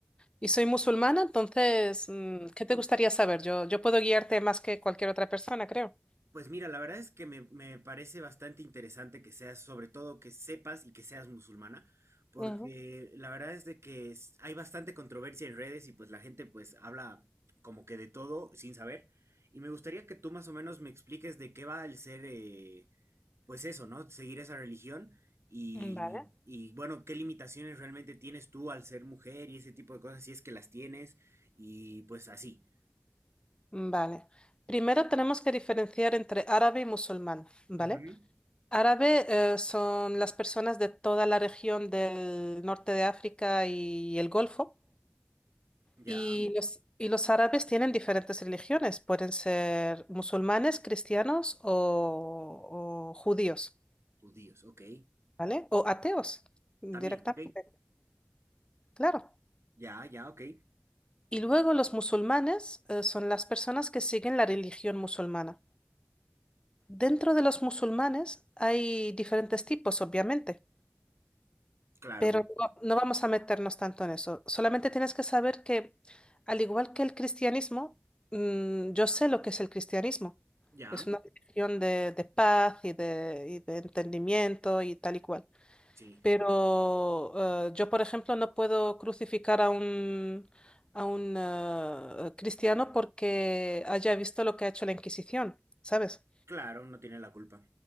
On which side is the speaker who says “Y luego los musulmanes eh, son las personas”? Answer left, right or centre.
Left